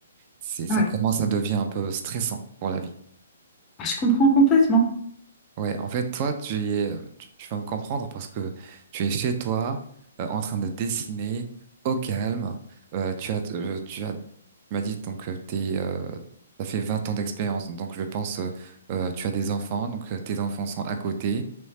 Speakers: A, on the right (about 40°); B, on the left (about 25°).
A: c'est, ça
B: Ouais.
A: commence à devenir un peu stressant pour la vie.
B: Je comprends complètement.
A: Ouais, en fait, toi, tu y es, tu, tu vas me comprendre parce que tu es chez toi, euh, en train de dessiner au calme. Euh, tu as, euh, tu as, tu m'as dit donc euh, t'es, euh, t'as fait 20 ans d'expérience, donc je pense, euh, euh, tu as des enfants, donc euh, tes enfants sont à côté